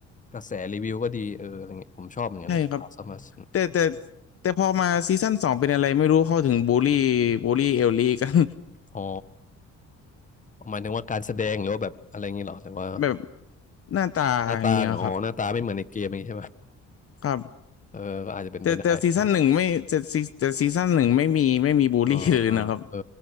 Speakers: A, on the left; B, on the left.
A: กระแสรีวิวก็ดีเอออะไรเงี้ยผมชอบเหมือนกันนะสมัส
B: ใช่ครับแต่แต่แต่พอมาซีซั่นสองเป็นอะไรไม่รู้เข้าถึงบูลลี่บูลลี่เอลลี่กัน
A: อ๋อหมายถึงว่าการแสดงหรือว่าแบบอะไรเงงี้ยหรอแต่ว่า
B: <laughs> แบบหน้าตาอย่างเงี้ยครับ
A: หน้าตาอ๋อหน้าตาไม่เหมือนในเกมอย่างงี้ใช่ไหม
B: ครับ
A: เออก็อาจจะเป็นไปได้ใช่ไหม
B: แต่แต่ซีซั่นหนึ่งไม่แต่ซีแต่ซีซั่นหนึ่งไม่มีไม่มีบูลลี่เลยนะครับ
A: อ๋ออ๋อเออ